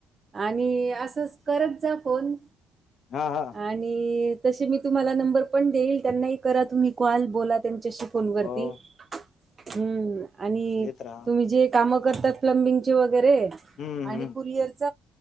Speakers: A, on the right (about 40°); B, on the left (about 60°).
A: आणि असंच करत जा फोन.
B: हा हा.
A: आणि तशी मी तुम्हाला नंबर पण देईल त्यांनाही करा तुम्ही कॉल बोला. त्यांच्याशी फोनवरती
B: हो
A: हम्म. आणि
B: घेत राहा
A: तुम्ही जे काम करतात प्लंमबिंगचे वगैरे
B: हम्म
A: आणि
B: हम्म
A: कुरिअरच.